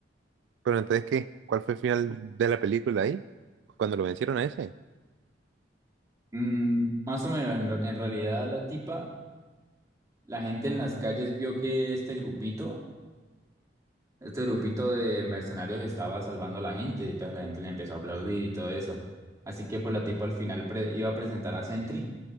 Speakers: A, on the right; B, on the right.
A: pero entonces, ¿qué? ¿Cuál fue el final de la película ahí? Cuando lo vencieron a ese.
B: Mm, más o menos, en, re- en realidad la tipa, la gente en las calles vio que este grupito, este grupito de mercenarios estaba salvando a la gente y entonces la gente le empezó a aplaudir y todo eso. Así que pues la tipa al final pre- iba a presentar a Sentry